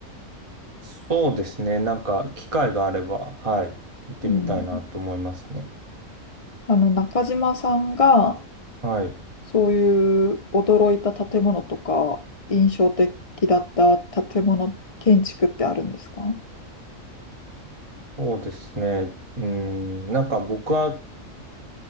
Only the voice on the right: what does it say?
そうですね。なんか、機会があれば、はい、行ってみたいなと思いますね。
はい、
そうですね。うん、なんか僕は、